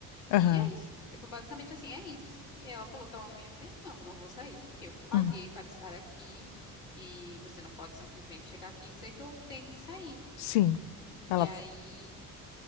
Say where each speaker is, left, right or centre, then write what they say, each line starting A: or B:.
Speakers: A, on the left; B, on the left.
A: Aham.
B: E é isso. Tipo, basicamente assim, é isso. E ela falou que ela não ia sair. Não, não vou sair, porque eu paguei
A: Hum.
B: para estar aqui. E você não pode simplesmente chegar aqui e dizer que eu tenho que sair.
A: Sim.
B: E
A: Ela.
B: aí